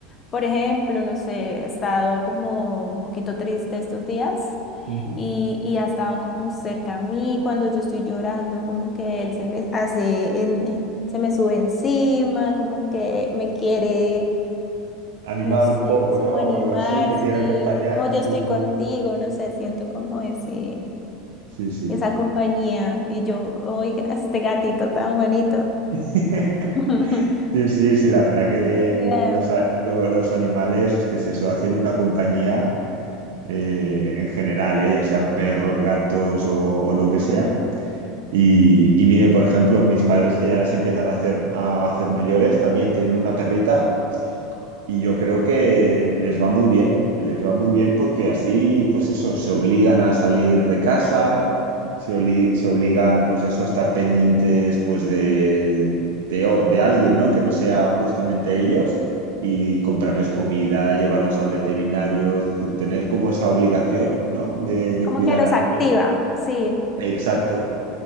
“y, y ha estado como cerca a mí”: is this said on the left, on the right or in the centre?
Left